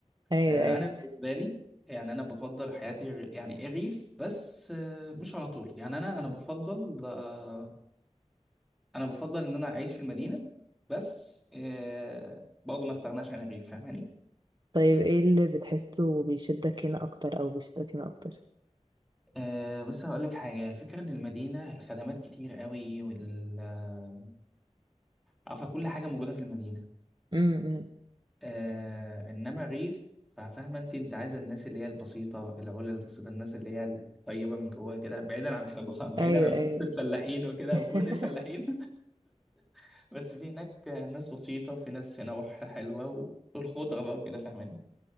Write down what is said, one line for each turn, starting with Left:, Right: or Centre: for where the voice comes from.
Right: ايوه
Centre: أه
Right: ايوه
Centre: أنا بالنسبة لي يعني أنا بفضل حياتي ر- يعني الريف بس أه مش على طول يعني أنا أنا بفضل أه أنا بفضل إن أنا أعيش في المدينة بس أه برضه ما استغناش عن الريف فاهماني
Right: طيب ايه اللي بتحسه بيشدك هنا اكتر او بيشدك هنا اكتر
Centre: أه بص هقول لك حاجة الفكرة إن المدينة الخدمات كتير قوي وال آه، عارفة كل حاجة موجودة في المدينة
Right: امم
Centre: أه إنما الريف ففاهمة أنت أنت عايزة الناس اللي هي البسيطة العلا البسيطة الناس اللي هي الطيبة من جواها كده بعيدا عن خبز <laughs> بعيدا
Right: ايوه
Centre: عن
Right: ايوه
Centre: خبز الفلاحين وكده
Right: <laughs>
Centre: أو كون الفلاحين <laughs> بس في هناك ناس بسيطة وفي ناس نواح حلوة والخضرة بقى وكده فاهماني